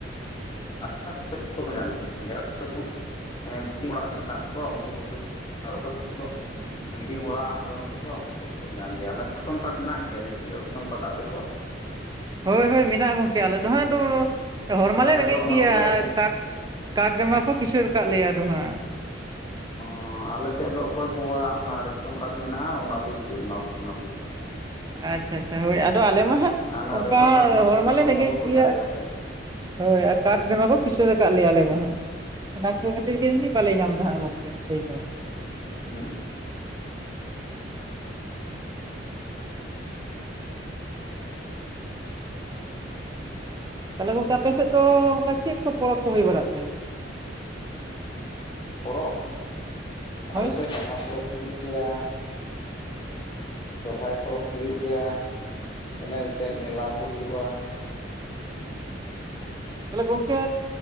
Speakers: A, on the left (about 25°); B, on the right (about 20°).
A: <inaudible> <inaudible> ᱚᱲᱟᱜ ᱢᱮᱱᱟᱜ ᱛᱟᱠᱚᱣᱟ ᱚᱝᱠᱩ ᱵᱟᱠᱚ <inaudible> ᱚᱠᱚᱭ ᱠᱚ ᱫᱚ ᱵᱤᱞᱰᱤᱝ ᱚᱲᱟᱜ ᱵᱟᱹᱱᱩᱜ ᱛᱟᱠᱚᱣᱟ ᱩᱱᱠᱩ ᱫᱚᱠᱚ ᱧᱟᱢ ᱜᱮᱭᱟ᱾ ᱚᱱᱟ ᱨᱮᱫᱚ ᱠᱟᱨᱰ ᱢᱮᱱᱟᱜ ᱜᱮᱭᱟ B P L ration card ᱟᱯᱮ ᱠᱚᱣᱟᱜ?
B: ᱦᱳᱭ ᱦᱳᱭ ᱢᱮᱱᱟᱜᱼᱟ ᱜᱚᱝᱠᱮ, ᱟᱞᱮ ᱫᱚ ᱦᱟᱸᱜ ᱫᱚ ᱦᱚᱲ ᱢᱟᱞᱮ
A: ᱟᱞᱮ
B: ᱨᱮᱸᱜᱮᱡ
A: ᱫᱚ ᱚᱱᱟ
B: ᱜᱮᱭᱟ
A: ᱚᱠᱚᱭᱟᱜ ᱵᱤ
B: ᱾ ᱠᱟᱴ ᱠᱟᱴ <unintelligible> ᱨᱮᱢᱟ ᱠᱚ ᱠᱤᱥᱟᱹᱬ ᱠᱟᱜ ᱞᱮᱭᱟ ᱟᱨᱦᱚᱸ ᱦᱟᱸᱜ ᱾
A: ᱚ ᱟᱞᱮ ᱥᱮᱫ ᱫᱚ ᱚᱠᱚᱭ ᱠᱚᱣᱟᱜ, ᱚᱱᱟ ᱨᱮᱥᱚᱱ ᱠᱟᱨᱰ ᱢᱮᱱᱟᱜᱼᱟ ᱾ ᱚᱱᱟ ᱛᱮᱜᱮ ᱠᱚ ᱮᱢᱟ ᱠᱚ ᱠᱟᱱᱟ ᱯᱚᱭᱥᱟ᱾
B: ᱟᱪᱪᱷᱟ, ᱟᱪᱪᱷᱟ ᱦᱳᱭ᱾ ᱟᱫᱚ ᱟᱞᱮ ᱢᱟ ᱦᱟᱸᱜ
A: ᱟᱨ ᱚᱱᱟ
B: ᱚᱱᱠᱟ
A: ᱨᱮᱥᱚᱱ ᱠᱟᱨᱰ ᱢᱟ ᱠᱤᱥᱟᱹᱬ
B: ᱦᱚᱲ ᱢᱟᱞᱮ ᱨᱮᱸᱜᱮᱡ
A: ᱢᱟ ᱵᱟᱠᱚ
B: ᱜᱮᱭᱟ᱾
A: ᱧᱟᱢ ᱥᱮ
B: ᱦᱳᱭ ᱟᱨ ᱠᱟᱴ ᱨᱮᱢᱟᱠᱚ ᱠᱤᱥᱟᱹᱬ ᱠᱟᱫ ᱞᱮᱭᱟ ᱟᱞᱮ ᱦᱟᱸᱟᱜ ᱾ ᱚᱱᱟ ᱠᱚ ᱠᱷᱟᱹᱛᱤᱨ ᱜᱮ ᱡᱟᱹᱱᱤᱡ ᱵᱟᱞᱮ ᱧᱟᱢ ᱫᱟ ᱦᱟᱸᱜ ᱟᱫᱚ ᱾ <unintelligible>
A: ᱦᱩᱸ
B: ᱛᱟᱦᱚᱞᱮ ᱜᱚᱝᱠᱮ ᱟᱯᱮ ᱥᱮᱫ ᱫᱚ ᱚᱱᱠᱟ ᱪᱮᱫ ᱠᱚ ᱯᱚᱨᱚᱵᱽ ᱠᱚ ᱦᱩᱭ ᱵᱟᱲᱟᱜ ᱛᱮ?
A: ᱯᱚᱨᱚᱵᱽ
B: ᱦᱳᱭ
A: ᱟᱞᱮᱥᱮᱫ ᱵᱟᱦᱟ ᱯᱚᱨᱚᱵᱽ ᱦᱩᱭᱩᱜ ᱜᱮᱭᱟ᱾ ᱥᱚᱨᱦᱟᱭ ᱯᱚᱨᱚᱵᱽ ᱦᱩᱭᱩᱜ ᱜᱮᱭᱟ᱾ ᱮᱱᱮ ᱠᱟᱛᱮ ᱢᱮᱞᱟ ᱠᱚ ᱦᱩᱭᱩᱜᱼᱟ᱾
B: <unintelligible> ᱛᱟᱦᱚᱞᱮ ᱜᱚᱝᱠᱮ,